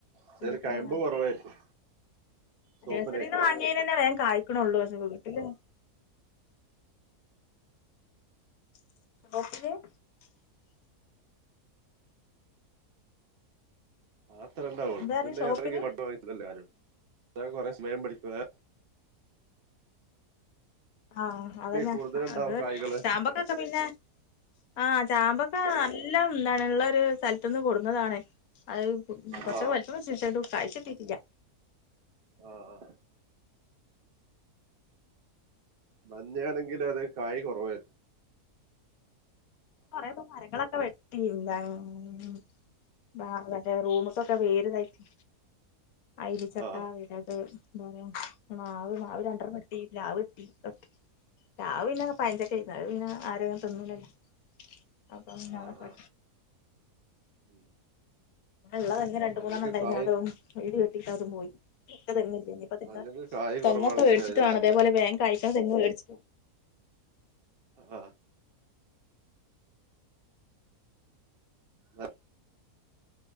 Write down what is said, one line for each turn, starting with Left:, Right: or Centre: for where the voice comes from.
Right: അതിന്
Left: വീട്ട്ന്ന്ങ്ങനെ
Right: കയമ്പ് കുറവായിരിക്കും ചുവപ്പിനെ
Left: നഴ്സറീന്ന് വാങ്ങീനെന്നെ വേം കായ്ക്കൊണുള്ളൂ പഷെ ഇല്ല <unintelligible>
Right: ആ അത്രെ ഇണ്ടാവൊള്ളൂ
Left: എന്താ പറഞ്ഞെ
Right: പിന്നെ
Left: ഷോപ്പില്
Right: എത്തണെങ്കി <unintelligible> വാങ്ങിച്ചതല്ലേ ആരട്തും എതാ കൊറെ സ്മയം പഠിക്കുവാ
Left: ആഹ് അതെന്നെ
Right: കൂടുതലുണ്ടാവും
Left: അത്
Right: കായ്കള്
Left: ചാമ്പക്കൊക്കെ പിന്നെ ആഹ് ചാമ്പക്കാ ഇല്ലാം എന്താണ് ഇള്ളൊര് സ്ഥ ട്ടന്ന് കൊടുന്നതാണ് അത് കൊറച്ചൊകെ
Right: ആ
Left: വൽപ്പം വെച്ച്ണ് പഷേ അത് കാഴ്ച്ചിട്ടീട്ടില്ല
Right: ആ ആ മഞ്ഞയാണങ്കിലത് കായി കൊറവായി
Left: കൊറെപോ മരങ്ങളൊക്കെ വെ തീ <unintelligible> ബാ മറ്റേ റൂമ്കൊക്കെ വേര്തായിട്ട് ഐരി ചക്ക
Right: ആ
Left: വെരത് എന്താ റയാ മാവ് മാവ് രണ്ടണം വെട്ടി പ്ലാവ് ഇർതി പ്ലാവ് പിന്നെ പയഞ്ചക്കായിരുന്നു അത് പിന്നെ ആരുങ്ങനെ തിന്നൂലല്ലോ അപം ന്നാളെ
Right: ആ
Left: പെ
Right: ആ. ഉം.
Left: ള്ളതെെ രണ്ട
Right: മഞ്ഞക്ക്
Left: മൂന്നെണ്ണംണ്ടായി
Right: കായ
Left: അതും ഇടി വ കട്ടതും പോയി ഇ തന്നില്ല ഇപ്പ നിൾ
Right: മഞ്ഞക്ക് കായ്
Left: തങ്ങെ
Right: കുറവാണെങ്കിലും
Left: മേടിച്ചിട്ടാണ്
Right: അതിന് നല്ല
Left: അതേപോലെ വേ കൈ അ മേടിച്ച
Right: ആ ആ